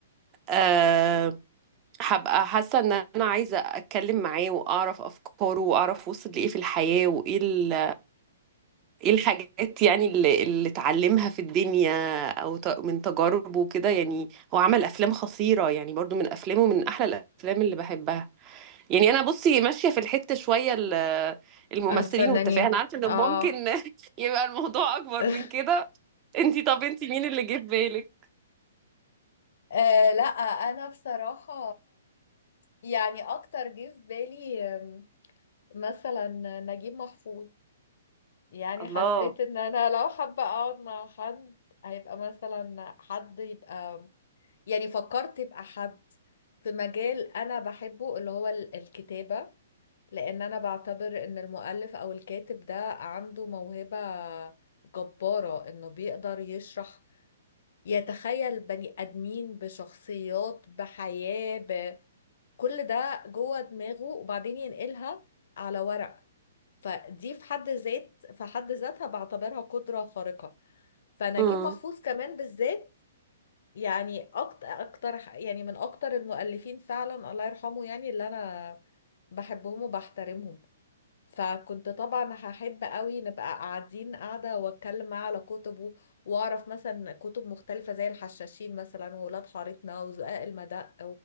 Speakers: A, on the right; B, on the left.
A: آه. هبقى حاسة ان انا عايزة اتكلم معاه واعرف افكاره واعرف وصل لايه في الحياة وايه ال... ايه الحاجات يعني اللي, اللي اتعلمها في الدنيا او ت... من تجاربه كده يعني هو عمل افلام خطيرة يعني برضو من افلامه من احلى الافلام اللي بحبها يعني انا بصي ماشية في الحتة شوية ال- الممثلين
B: الفنانين
A: والتفاهة انا عارفة ان
B: اه
A: ممكن <laughs> يبقى الموضوع اكبر
B: <laughs>
A: من كده انتي طب انتي مين اللي جه في بالك
B: آه لا انا بصراحة يعني اكتر جه في بالي آم، مثلا نجيب محفوظ يعني
A: الله
B: حسيت ان انا لو حابة اقعد مع حد هيبقى مثلا حد يبقى يعني فكرت يبقى حد في مجال انا بحبه اللي هو ال- الكتابة لان انا بعتبر ان المؤلف او الكاتب ده عنده موهبة جبارة انه بيقدر يشرح يتخيل بني آدمين بشخصيات بحياة بكل ده جوه دماغه وبعدين ينقلها على ورق فدي في حد ذات في حد ذاتها بعتبرها قدرة خارقة فنجيب
A: امم
B: محفوظ كمان بالذات يعني أكتر, أكتر يعني من أكتر المؤلفين فعلا الله يرحمه يعني اللي أنا بحبهم وبحترمهم فكنت طبعا هحب قوي نبقى قاعدين قاعدة واتكلم معاه على كتبه واعرف مثلا كتب مختلفة زي الحشاشين مثلا وولاد حارتنا وزقاق المدق